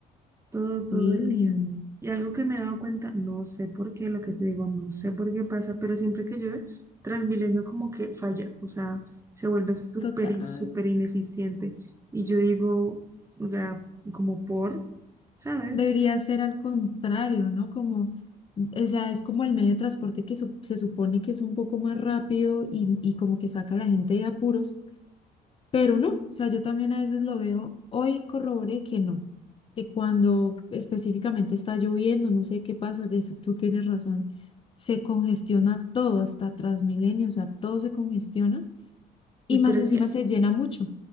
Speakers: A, on the right; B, on the left.
A: todo, todo
B: Sí,
A: el día. Y algo que me he dado cuenta, no sé por qué, lo que te digo, no sé por qué pasa, pero siempre que llueve, Transmilenio como que falla, o sea, se vuelve súper,
B: total.
A: y súper ineficiente. Y yo digo, o sea, como por, ¿sabes?
B: Debería ser al contrario, ¿no? Como, o sea, es como el medio de transporte que sup- se supone que es un poco más rápido y, y como que saca a la gente de apuros, pero no, o sea, yo también a veces lo veo, hoy corroboré que no, que cuando específicamente está lloviendo, no sé qué pasa, de eso tú tienes razón, se congestiona todo, hasta Transmilenio, o sea, todo se congestiona
A: Y
B: y
A: pero
B: más encima
A: es que
B: se llena mucho.